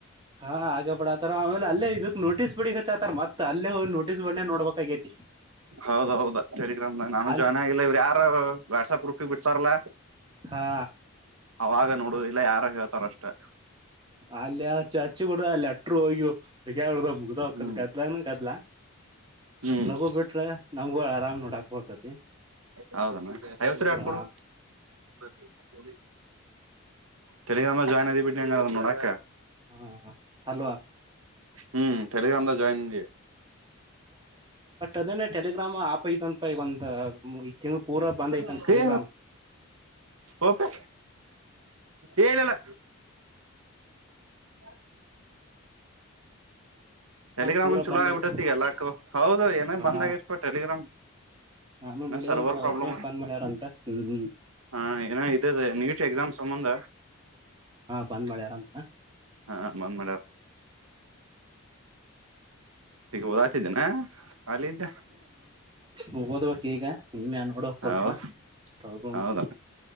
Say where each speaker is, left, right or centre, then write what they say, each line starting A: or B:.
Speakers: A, on the right; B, on the right.
A: ಹಾ ಆ ಬಿಡಾತಾರ ಆಮೇಲೆ ಅಲ್ಲ ಇದಕ್ ನೋಟಿಸ್ ಬೊಡಿಗಿ ಹಚ್ಚಕತ್ತಾರ ಮತ್ ತಲ್ಲೆ ನೋಟಿಸ್ ಬೋರ್ಡ್ನ್ಯಾಗ ನೋಡ್ಬೇಕಾಗೈತಿ
B: ಹೌದ ಹೌದ ಟೆಲಿಗ್ರಾಮ್ನಾಗ ನಾನು
A: ಅಲ್
B: ಜಾಯನ್ ಆಗಿಲ್ಲ ಇವ್ರು ಯಾರ ವಾಟ್ಸಪ್ ಪ್ರೂಫಿಗೆ ಬಿಡ್ತಾರಲ್ಲ
A: ಹಾ
B: ಅವಾಗ ನೋಡ ಇಲ್ಲ ಯಾರ ಹೇಳ್ತಾರಷ್ಟ <inaudible>
A: ಅಲ್ಲೇ ಆ ಚು ಹಚ್ಚು ಕೊಡ ಅಲ್ಲ ಅಟ್ಟರು ಹೋಗ್ಯು ಬ ಮುಗ ಒದ
B: ಹ್ಮ್
A: ಕದಲ ಕದಲಾ
B: ಹ್ಮ್
A: ಲಗೋ ಬಿಟ್ರೆ ನಮ್ಗೂ ಆರಾಮ್ ನೋಡಾಕ್ ಬರ್ತತಿ <inaudible>
B: ಹೌದಲ್ಲ ಐವತ್ತರ ಎಡ್
A: ಹಾ
B: ಕೊಡು <inaudible> ತೆಲಗ್ರಾಮ ಜಾಯಿನ್ ಆಐ ಬಿಟ್ಟಿ ನೋಡಾಕ
A: ಹ ಅಲ್ವಾ
B: ಹ್ಮ ಟೆಲಿಗ್ರಾಮ್ ದಾಗ್ ಜಾಯಿನ್ ಆದಿ
A: ಅದೇ ಟೆಲಿಗ್ರಾಮ್ ಆಪ್ ಐತಂತಪ ಒಂದ ಈ ತಿಂಗಳು ಪೂರಾ ಬಂದ್ ಐತನ್
B: ಏ
A: ಟೆಲಿಗ್ರಾಮ್ <inaudible>
B: ಓಪೆ ಏ ಇಲ್ಲಿಲ್ಲ <inaudible> ಟೆಲಿಗ್ರಾಮ್
A: ಪೂರಾ
B: ಒನ್ ಚಲ
A: ಬಂದ್
B: ಆಗ್ಬಿಟ್ಟತಿಗ
A: ಐತಂತ
B: ಎಲ್ಲಾಕ್ಕ ಹೌದು ಏನೇ
A: ಹಾ
B: ಬಂದ್ಗತ್ತು ಟಲಿಗ್ರಾಮ್
A: ನಾನು ನೋಡಿದೆ
B: ಇ ಸರ್ವರ್
A: ಮೂವರ್
B: ಪ್ರಾಬ್ಲ್
A: ದಿನ ಬಂದ್ ಮಾಡ್ಯಾರಂದ್ರ ಹ್ಮ್
B: ಹ ಏ ಇದೆ ನೀಟ್ ಎಕ್ಸಾಮ್ ಸಂಬಂಧ
A: ಬಂದ್ ಮಾಡ್ಯಾರ ಅಂತ
B: ಹಾ ಬಂದ್ ಹಗ ಹೋದಾತಿದ್ದೇನಾ ಅಲ್ಲಿದ
A: ಮುಖದ ಟೀಗ ನಿ ಮನ್ ಉಡೋಕ ಸರಪ್ಪ
B: ಹೌ
A: ಟೋಗೊಮ್ಮ
B: ಹೌದ